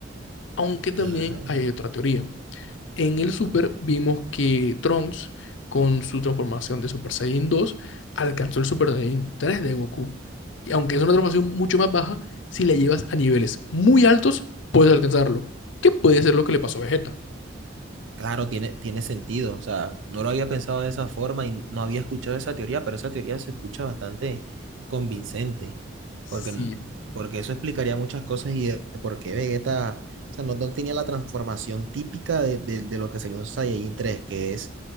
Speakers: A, on the left; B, on the right.
A: Aunque también
B: claro.
A: hay otra teoría. En el Super vimos que Trunks, con su transformación de Super Saiyan 2, alcanzó el Super Saiyan 3 de Goku. Y aunque es una transformación mucho más baja, si la llevas a niveles muy altos, puedes alcanzarlo. Que puede ser lo que le pasó a Vegeta.
B: Claro, tiene, tiene sentido. O sea, no lo había pensado de esa forma y no había escuchado esa teoría, pero esa teoría se escucha bastante convincente, porque,
A: Si,
B: n- porque eso explicaría muchas cosas y de por qué Vegeta, o sea, no, no tenía la transformación típica de, de- de lo que sería un Saiyajin 3, que es